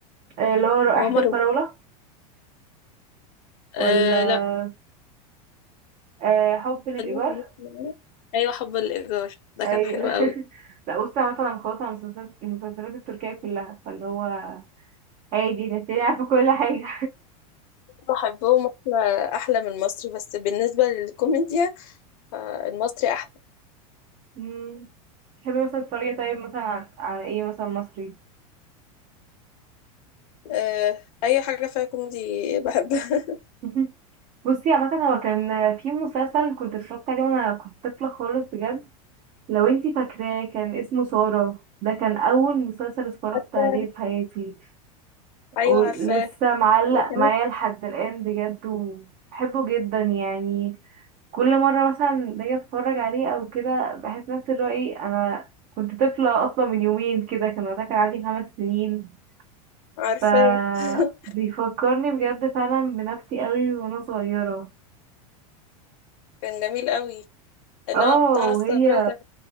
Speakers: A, on the right (about 40°); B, on the left (about 65°).
A: آه، اللي هو رائحة
B: عمر
A: الفراولة
B: آه
A: ولا
B: لا
A: آه، حب للإيجار
B: خلينا في مصر. ايوه حب الايجار ده
A: أيوة
B: كان حلو
A: <laughs>
B: قوي
A: لا بصي أنا مثلا خلاص على المسلسلات المسلسلات التركية كلها فاللي هو عادي نتيجة عارفة كل حاجة
B: بحبهم احلى احلى من المصري بس بالنسبه للكوميديا فالمصري احلى
A: <laughs> مم. تحبي مثلا تتفرجي طيب مثلا عن- على ايه مثلا مصري
B: آه اي حاجه فيها كوميدي بحبها
A: <laughs> بصي عامة هو كان في مسلسل كنت اتفرجت عليه وانا كنت طفلة خالص بجد لو انتي فاكراه كان اسمه سارة ده كان أول مسلسل اتفرجت
B: <laughs>
A: عليه في حياتي
B: ايوه
A: ولسه
B: عارفاه
A: معلق
B: اللي كانت
A: معايا لحد الآن بجد وبحبه جدا يعني كل مرة مثلا باجي اتفرج عليه أو كده بحس نفس الرأي أنا كنت طفلة أصلا من يومين كده كان وقتها كان عندي خمس سنين
B: عارفاه
A: ف
B: <laughs>
A: بيفكرني بجد فعلا بنفسي قوي وانا صغيرة
B: كان جميل قوي اللي
A: اه
B: هو بتاع
A: وهي
B: الثوره وكان